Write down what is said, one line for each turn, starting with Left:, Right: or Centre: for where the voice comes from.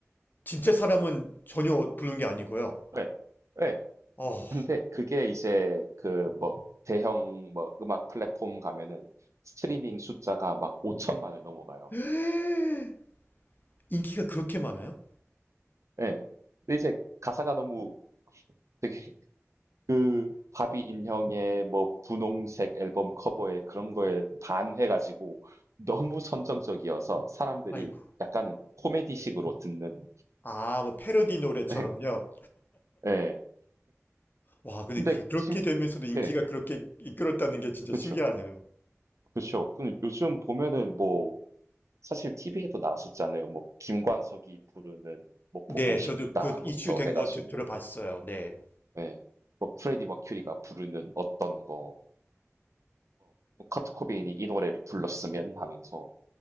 Left: 진짜 사람은 전혀 부른 게 아니고요.
Right: 네. 네.
Left: 어.
Right: 근데 그게 이제 그 뭐 대형 뭐 음악 플랫폼 가면은 스트리밍 숫자가 막 5천만을 넘어가요.
Left: <gasps> 인기가 그렇게 많아요?
Right: 예. 근데 이제 가사가 너무 되게 그 바비 인형의 뭐 분홍색 앨범 커버에 그런 거에 반해가지고 너무 선정적이어서 사람들이
Left: 아이고.
Right: 약간은 코미디식으로 듣는
Left: 아, 뭐 패러디 노래처럼요.
Right: <laughs> 예.
Left: 와, 근데
Right: 근데
Left: 그, 그렇게
Right: 심
Left: 되면서도 인기가
Right: 예.
Left: 그렇게 이끌었다는 게 진짜
Right: 그쵸.
Left: 신기하네요.
Right: 그쵸. 근데 요즘 보면은 뭐 사실 TV에도 나왔었잖아요. 뭐 김광석이 부르는 뭐
Left: 네,
Right: 보고 싶다부터
Left: 저도 그 이슈 된
Right: 해가지고
Left: 거 들어봤어요. 네.
Right: 예. 뭐 프레디 머큐리가 부르는 어떤 거, 커트 코베인이 이 노래를 불렀으면 하면서